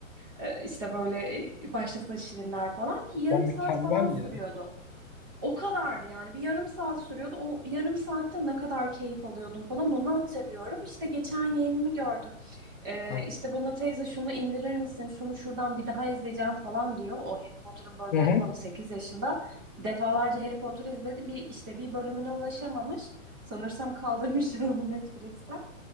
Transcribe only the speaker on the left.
O mükemmel
ya.
Yani
Hı hı.